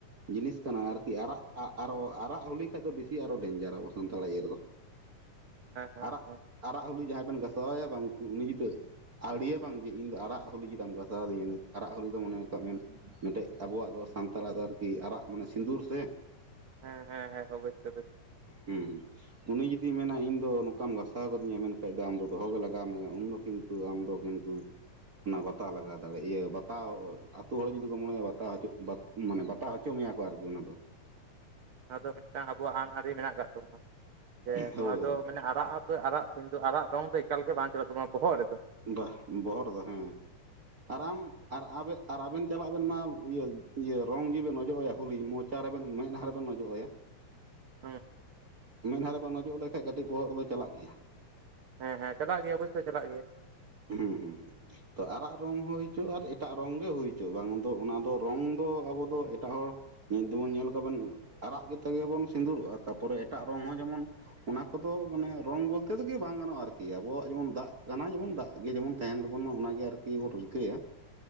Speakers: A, on the right; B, on the right.
A: ᱡᱤᱱᱤᱥ ᱠᱟᱱᱟ ᱟᱨ ᱠᱤ ᱟᱨᱟᱜ ᱟᱜ ᱟᱨᱚ ᱟᱨᱟᱜ ᱦᱚᱞᱤᱤ ᱠᱷᱟᱡ ᱫᱚ ᱵᱮᱥᱤ ᱟᱨᱚ ᱰᱮᱧᱡᱟᱨᱟ ᱟᱵᱚ ᱥᱟᱱᱛᱟᱲᱟᱜ ᱤᱭᱟᱹ ᱨᱮᱫᱚ
B: ᱦᱮᱸ
A: ᱟᱨᱟᱜ ᱟᱨᱟᱜ ᱦᱚᱞᱤ ᱡᱟᱦᱟᱸᱭ ᱵᱮᱱ ᱜᱟᱥᱟᱣᱟᱭᱟ ᱵᱟᱝ ᱩᱱᱤ ᱡᱩᱫᱟᱹ ᱟᱹᱲᱤᱭᱟᱹ ᱵᱟᱝᱜᱮ ᱤᱧ ᱫᱚ ᱟᱨᱟᱜ ᱦᱳᱞᱤ ᱪᱮᱫᱟᱜ ᱮᱢ ᱜᱟᱥᱟᱣ ᱫᱤᱧᱟᱹ ᱟᱨᱲᱟᱜ ᱦᱳᱞᱤ ᱫᱚ ᱢᱚᱱᱮ ᱠᱟᱜ ᱢᱮ ᱢᱤᱫᱴᱮᱡ ᱟᱵᱚᱣᱟᱜ ᱫᱚ ᱥᱟᱱᱛᱟᱲᱟᱜ ᱫᱚ ᱟᱨᱠᱤ ᱟᱨᱟᱜ ᱢᱟᱱᱮ ᱥᱤᱸᱫᱩᱨ ᱥᱮ
B: ᱦᱮᱸ ᱦᱮᱸ ᱦᱮᱸ ᱚᱵᱭᱥᱭ ᱚᱵᱥ
A: ᱦᱩᱸ ᱩᱱᱤ ᱡᱩᱫᱤ ᱢᱮᱱᱟ ᱤᱧ ᱫᱚ ᱱᱚᱝᱠᱟᱢ ᱜᱟᱥᱟᱣ ᱠᱟᱫᱤᱧᱟ ᱢᱮᱱᱠᱷᱟᱱᱡ ᱫᱚ ᱟᱢ ᱫᱚᱦᱚ ᱜᱮ ᱞᱟᱜᱟᱹᱣ ᱢᱮᱭᱟ ᱩᱱ ᱫᱚ ᱠᱤᱱᱛᱩ ᱟᱢᱫᱚ ᱠᱤᱱᱛᱩ ᱚᱱᱟ ᱵᱟᱛᱟ ᱞᱟᱜᱟᱣ ᱫᱟᱲᱮ ᱤᱭᱟᱹ ᱛᱟᱟᱣ ᱟᱹᱛᱩ ᱦᱚᱲ ᱡᱩᱫᱤ ᱠᱚ ᱢᱚᱱᱮᱭᱟ ᱵᱟᱛᱟ ᱦᱚᱪᱚ ᱢᱟᱱᱮ ᱵᱟᱛᱟᱟᱣ ᱦᱚᱪᱚ ᱢᱮᱭᱟ ᱠᱚ ᱟᱨ ᱠᱤ ᱚᱱᱟ ᱫᱚ
B: ᱱᱚᱣᱟ ᱫᱚ ᱢᱤᱫᱴᱟᱝ ᱟᱵᱚᱣᱟᱜ ᱟᱹᱱᱼ ᱟᱹᱟᱹᱨᱨᱤ ᱢᱮᱱᱟᱜ ᱟᱠᱟᱫ ᱛᱟᱵᱚᱱᱟ ᱡᱮ
A: ᱦᱳᱭ
B: ᱱᱚᱣᱟ
A: ᱦᱳᱭ
B: ᱫᱚ ᱢᱟᱱᱮ ᱟᱨᱟᱜ ᱟ ᱟᱨᱟᱜ ᱥᱤ ᱫᱚ ᱟᱨᱟᱜ ᱨᱚᱝ ᱫᱚ ᱮᱠᱟᱞ ᱜᱮ ᱵᱟᱝ ᱪᱟᱞᱩᱜ ᱛᱟᱵᱱᱟ ᱵᱚᱦᱚᱜ ᱨᱮ ᱫᱚ
A: ᱵᱟᱦ ᱵᱚᱦᱚᱜ ᱨᱮ ᱫᱚ ᱦᱮᱸ ᱟᱨ ᱟᱢ ᱟᱨ ᱟᱵᱮᱱ ᱟᱨ ᱟᱵᱮᱱ ᱪᱟᱞᱟᱜ ᱵᱮᱱ ᱢᱟ ᱤᱭᱟᱹ ᱤᱭᱟᱹ ᱨᱚᱝ ᱡᱤᱵᱮᱱ ᱚᱡᱚᱜ ᱟᱭᱟ ᱦᱞᱤ ᱢᱚᱡᱽ ᱪᱟᱨᱟ ᱵᱮᱱ ᱢᱮᱫ ᱦᱟ ᱨᱮ ᱵᱮᱱ ᱚᱡᱚᱜ ᱟᱭᱟ
B: ᱦᱮᱸ
A: ᱢᱮᱫᱦᱟ ᱨᱮᱵᱮᱱ ᱚᱡᱚᱜ ᱟᱫᱮ ᱠᱷᱟᱱᱡ ᱠᱟᱹᱴᱤᱡ ᱵᱚᱦᱚᱜ ᱨᱮᱫᱚ ᱪᱟᱞᱟᱜ ᱜᱮᱭᱟ
B: ᱦᱮᱸ ᱦᱮᱸ ᱪᱟᱞᱟᱜ ᱜᱮᱭᱟ ᱚᱵᱚᱥᱚᱭ ᱪᱟᱞᱟᱜ ᱜᱮᱭᱟ
A: ᱦᱩᱸ ᱦᱩᱸ ᱦᱩᱸ ᱛᱚ ᱟᱨᱟᱜ ᱨᱚᱝ ᱦᱚᱸ ᱦᱩᱭ ᱪᱚᱜ ᱟᱨ ᱮᱴᱟᱜ ᱨᱚᱝ ᱜᱮ ᱦᱩᱭ ᱦᱚᱪᱚᱜ ᱵᱟᱝ ᱫᱚ ᱚᱱᱟ ᱫᱚ ᱨᱚᱝ ᱫᱚ ᱟᱵᱚ ᱫᱚ ᱮᱴᱟᱜ ᱦᱚᱲ ᱧᱮᱞ ᱫᱚ ᱵᱚᱱ ᱧᱮᱞ ᱠᱚ ᱵᱮᱱ ᱟᱨᱟᱜ ᱛᱮ ᱜᱮ ᱵᱚᱱ ᱥᱤᱸᱫᱩᱨᱚᱜᱼᱟ ᱛᱟᱨ ᱯᱚᱨᱮ ᱮᱴᱟᱜ ᱨᱚᱝ ᱦᱚᱸ ᱡᱮᱢᱚᱱ ᱚᱱᱟ ᱠᱚᱫᱚ ᱢᱟᱱᱮ ᱨᱚᱝ ᱵᱚᱞᱛᱮ ᱛᱤ ᱜᱮ ᱵᱟᱝ ᱜᱟᱱᱚᱜᱼᱟ ᱟᱨ ᱠᱤ ᱟᱵᱚᱣᱟᱜ ᱡᱮᱢᱚᱱ ᱫᱟᱜ ᱠᱟᱱᱟ ᱡᱮᱢᱚᱱ ᱫᱟᱜ ᱜᱮ ᱡᱮᱢᱚᱱ ᱛᱟᱦᱮᱱ ᱛᱟᱵᱚᱱ ᱢᱟ ᱚᱱᱟ ᱜᱮ ᱟᱨ ᱠᱤ ᱵᱚᱱ ᱨᱤᱹᱠᱟᱹᱭᱟ